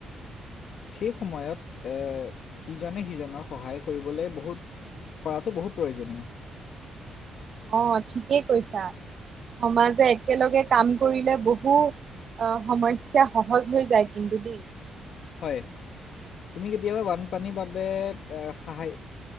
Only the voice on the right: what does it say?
অ ঠিকেই কৈছা সমাজে একেলগে কাম কৰিলে বহু, সমস্যা সহজ হৈ যায় কিন্তু দেই।